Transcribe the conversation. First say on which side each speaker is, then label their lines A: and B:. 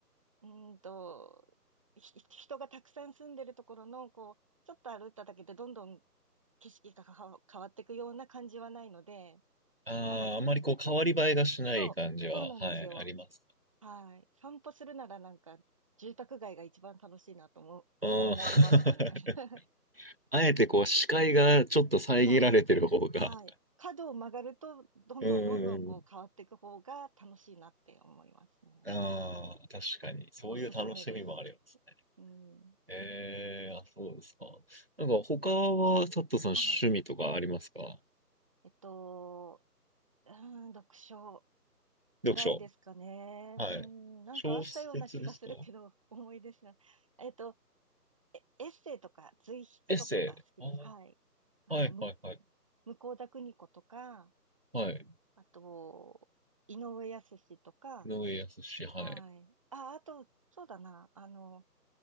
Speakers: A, on the right; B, on the right.
A: うーんと、ひ人がたくさん住んでるところの、こう、ちょっと歩いただけでどんどん景色が変わ変わっていくような感じはないので、
B: ああ、
A: なんか、
B: あまりこう、変わり映えがしない感じは、
A: そう、そうなんですよ。
B: はい、あります。
A: はい。散歩するならなんか、住宅街が一番楽しいなとも思いましたね。
B: うん。<laughs>
A: <laughs>
B: あえてこう、
A: うん。
B: 視界がちょっと遮られてる方が。
A: はい。はい。角を曲がると、どんどんどんどんこう変わっていく方が楽しいなって思いますね。
B: うんうんうん。ああ、確かに。
A: お、
B: そういう楽しみもあります。
A: おすすめです。うん。
B: ええあ、そうですか。なんか他は、佐藤さん趣味とかありますか
A: はい。えっと、うーん、読書ぐらいですかね。
B: 読書。はい。
A: うん、なんかあったような気がするけど、
B: 小説ですか
A: 重いですね。えっと、エッセイとか随筆とかが好きです。
B: エッセイ。あー、
A: はい。あの、
B: はいはいはい。
A: む、向田邦子とか、
B: はい。
A: あと、井上靖とか、
B: 井上康志、はい。
A: はい。あ、あと、そうだな、あの、